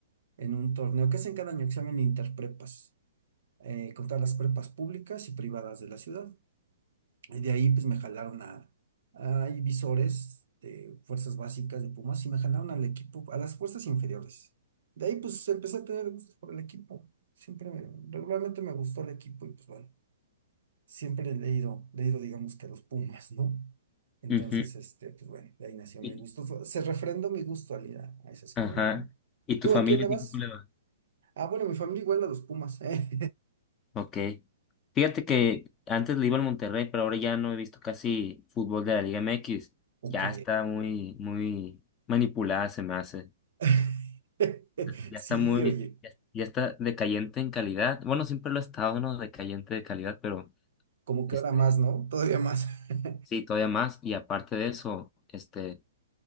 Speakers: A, on the right (about 70°); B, on the left (about 25°).
A: En un torneo que hacen cada año, que se llaman Interprepas, eh, con todas las prepas públicas y privadas de la ciudad. Y De ahí pues me jalaron a, a Divisores de fuerzas básicas de Pumas y me jalaron al equipo, a las fuerzas inferiores. De ahí pues empecé a tener gusto por el equipo. Siempre, me- regularmente me gustó el equipo y pues bueno, siempre le he ido, le he ido digamos que a los Pumas, ¿no? Entonces,
B: Ujú.
A: este, pues bueno, de ahí nació mi
B: Y-
A: gusto. Fue- Se refrendó mi gusto al ir a, a esa escuela,
B: Ajá.
A: ¿no?
B: ¿Y tu
A: ¿Tú
B: familia
A: a quién le vas?
B: qué equipo le va?
A: Ah, bueno, mi familia igual a los Pumas, <laughs> ¿eh?
B: Ok. Fíjate que antes le iba al Monterrey, pero ahora ya no he visto casi fútbol de la Liga MX.
A: Ok.
B: Ya está muy, muy manipulada, se me hace.
A: <laughs>
B: Ya
A: Sí,
B: está muy,
A: oye.
B: ya, ya está decayente en calidad. Bueno, siempre lo ha estado, ¿no? Decayente de calidad, pero
A: Como
B: este,
A: que ahora más, ¿no? Todavía más. <laughs>
B: sí, todavía más. Y aparte de eso, este,